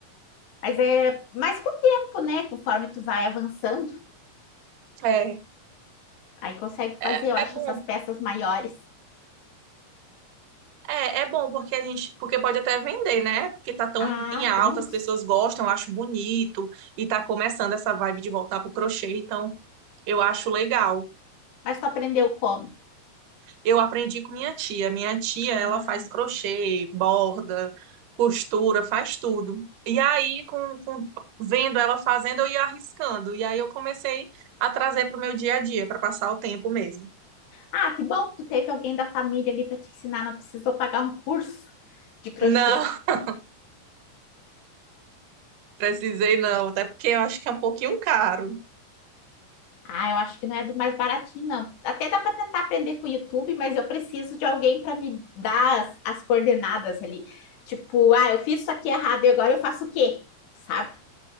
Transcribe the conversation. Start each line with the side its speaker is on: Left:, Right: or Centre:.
Left: mas é mais com o tempo, né? Conforme tu vai avançando,
Right: É,
Left: aí consegue fazer,
Right: é,
Left: eu acho,
Right: é bom.
Left: essas peças maiores.
Right: É, é bom porque a gente, porque pode até vender, né? Porque tá tão
Left: Ah,
Right: em alta,
Left: tem isso.
Right: as pessoas gostam, eu acho bonito e tá começando essa vibe de voltar pro crochê, então eu acho legal.
Left: Mas tu aprendeu como?
Right: eu aprendi com minha tia. Minha tia,
Left: Ah.
Right: ela faz crochê, borda, costura, faz tudo. E aí, com, com- vendo ela fazendo, eu ia arriscando. E aí eu comecei a trazer para o meu dia a dia, para passar o tempo mesmo.
Left: Ah, que bom que tu teve alguém da família ali para te ensinar, não precisou pagar um curso de crochê.
Right: Não, <laughs> precisei não, até porque eu acho que é um pouquinho caro.
Left: Ah, eu acho que não é do mais baratinho, não. Até dá para tentar aprender com o YouTube, mas eu preciso de alguém para me dar as, as coordenadas ali. Tipo, ah, eu fiz isso aqui errado e agora eu faço o quê? Sabe?